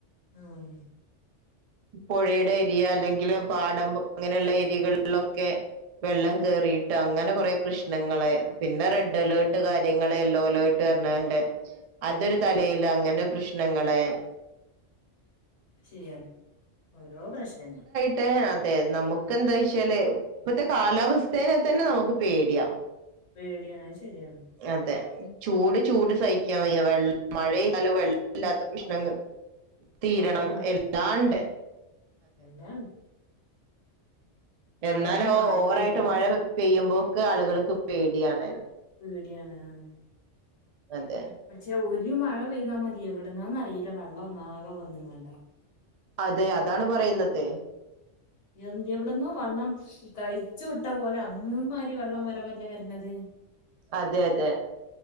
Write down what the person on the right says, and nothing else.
പോഴെടെ ഏരിയ അല്ലെങ്കിൽ പാടം അങ്ങനെയുള്ള ഏരിയകളിലൊക്കെ വെള്ളം കേറിട്ട് അങ്ങനെ കൊറെേ പ്രശ്നങ്ങള് പിന്നെ റെഡ് അലേർട്ട് കാര്യങ്ങള് യെല്ലോ അലേർട്ട് ണ്ട് അതൊരു
തലേല് അങ്ങനേ പ്രശ്നങ്ങള്
മേ അതെ നമുക്ക്ന്താ വെച്ചാല് ഇപ്പത്തെ കാലാവസ്ഥേനെ തന്നെ നമുക്ക് പേടിയാ
അതെ ചൂട് ചൂട് സഹിക്കാൻ വയ്യ വെള്ള മഴയാലും വെള്ളം ഇല്ലാത്ത പ്രശ്നങ്ങൾ തീരണം
എല്ലാണ്ട്
എന്നാലും
ഓവറായിട്ട് മഴ പെയ്യുമ്പോക്കെ ആളുകൾക്ക് പേടിയാണ്
അതെ
അതെ അതാണ് പറയുന്നത്
അതെ അതെ